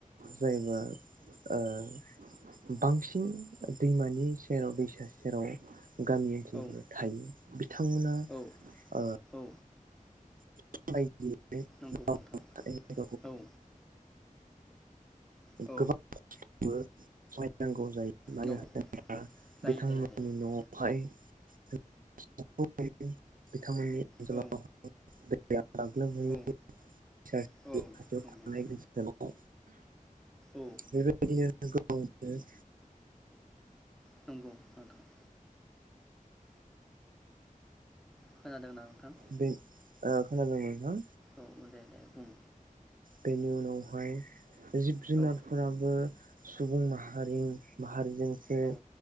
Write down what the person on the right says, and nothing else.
जायबा ओ बांसिन दैमानि सेराव दैसा सेराव गामि ओनसोलफोराव
थायो बिथांमोना
ओ
<unintelligible> बा <unintelligible>
<unintelligible>
गोबां बो सहाय नांगौ जायो मानो
होनोब्ला बिथांमोननि
न'आवहाय <unintelligible> बिथांमोननि ओनसोलाव
दैयाग्लोमहैयो
खाथियाव
थानाय ओनसोलाव
बेबायदिनो गोबां <unintelligible>
बे ओ खोनादों नोंथां
बेनि उनावहाय जिब जुनारफोराबो
सुबुं माहारि मा हारि जोंसो